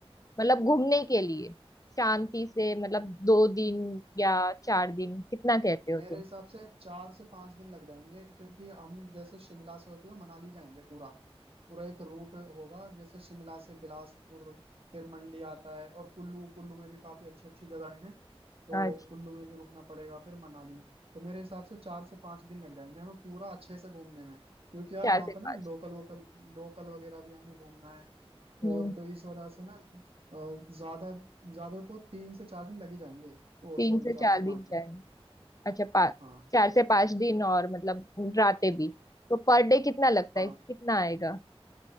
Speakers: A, on the left; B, on the right.
A: मतलब घूमने के लिए शांति से मतलब दो दिन या चार दिन कितना कहते हो
B: मेरे
A: तुम
B: हिसाब से चार से पांच दिन लग जाएंगे क्योंकि हम जैसे शिमला से होते हुए मनाली जाएंगे पूरा पूरा एक रूट होगा जैसे शिमला से बिलासपुर फिर मंडी आता है और कुल्लू कुल्लू में भी काफी अच्छी अच्छी जगहें हैं तो
A: अच्छा
B: कुल्लू में भी रुकना पड़ेगा फिर मनाली तो मेरे हिसाब से चार से पांच दिन लग जाएंगे हमें पूरा अच्छे से घूमने में क्योंकि यार
A: चार
B: वहाँ
A: से
B: पर ना
A: पाँच
B: लोकल वोकल लोकल वगैरह भी हमें घूमना है
A: हम्म
B: और तो इस वजह से ना अ, ज्यादा ज्यादा तो तीन से चार दिन लग ही जाएंगे ओ
A: तीन
B: सॉरी
A: से
B: चार
A: चार
B: से
A: दिन
B: पांच दिन
A: अच्छा पा,
B: हाँ
A: चार से पांच दिन और मतलब रातें भी तो पर डे कितना लगता
B: हाँ
A: है कितना आएगा